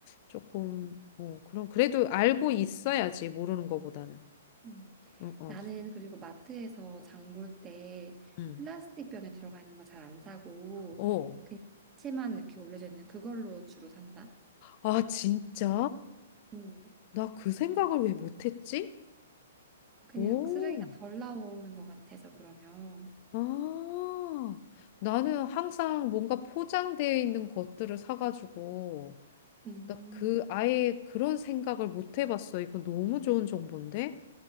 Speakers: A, on the left; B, on the right.
A: 조금, 어, 그럼 그래도 알고 있어야지, 모르는 것보다는.
B: 음.
A: 응, 어,
B: 나는 그리고 마트에서 장볼 때
A: 응.
B: 플라스틱 병에 들어가 있는 거 잘 안 사고
A: 어.
B: 그냥 야채만 이렇게 올려져 있는 그걸로 주로 산다.
A: 아, 진짜?
B: 음.
A: 나 그 생각을 왜 못했지?
B: 그냥
A: 오.
B: 쓰레기가 덜 나오는 것 같아서 그러면
A: 아, 나는 항상 뭔가 포장되어 있는 것들을 사가지고,
B: 음.
A: 나 그, 아예 그런 생각을 못 해봤어. 이거 너무 좋은 정보인데?